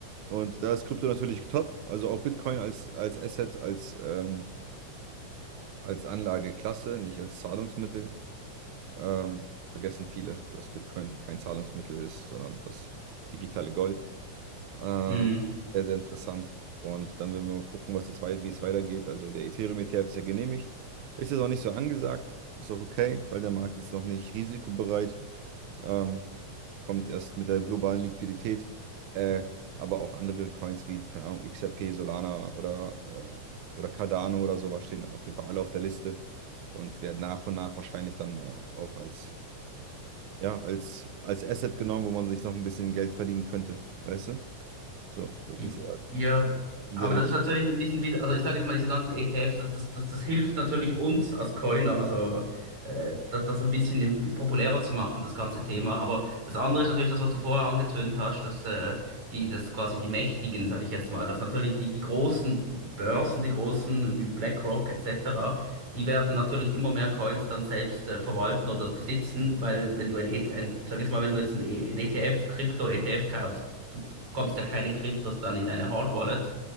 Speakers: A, on the right; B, on the right.
A: Und da ist Krypto natürlich top. Also auch Bitcoin als, als Asset, als, ähm, als Anlageklasse, nicht als Zahlungsmittel. Ähm, vergessen viele, dass Bitcoin kein Zahlungsmittel ist, sondern das digitale Gold. Ähm,
B: mm.
A: sehr, sehr interessant. Und dann werden wir mal gucken, was jetzt wei- wie es weitergeht. Also der Ethereum-ETF ist ja genehmigt. Ist jetzt auch nicht so angesagt. Ist auch okay, weil der Markt ist noch nicht risikobereit. Ähm, kommt erst mit der globalen Liquidität. Äh, aber auch andere Coins wie, keine Ahnung, XRP, Solana oder, äh, oder Cardano oder sowas stehen auf jeden Fall alle auf der Liste und werden nach und nach wahrscheinlich dann äh, auch als ja, als, als Asset genommen, wo man sich noch ein bisschen Geld verdienen könnte, weißt du? So, das
B: I-
A: ist ja
B: Ja,
A: in
B: aber
A: deren.
B: das ist natürlich ein bisschen wieder, also ich sage jetzt mal, diese ganzen ETFs, das, das, das, das hilft natürlich uns als Coiner, also äh, das, das ein bisschen im- populärer zu machen, das ganze Thema. Aber das andere ist natürlich das, was du vorher angetönt hast, dass äh, die, dass quasi die Mächtigen, sage ich jetzt mal, dass natürlich die, die großen Börsen, die großen wie BlackRock etc., die werden natürlich immer mehr Coins dann selbst äh, verwalten oder besitzen, weil wenn du ein, E- T F, ein sag jetzt mal, wenn du jetzt ein, E- ein ETF, Krypto-ETF kaufst, du, du bekommst ja keine Kryptos dann in deine Hard Wallet,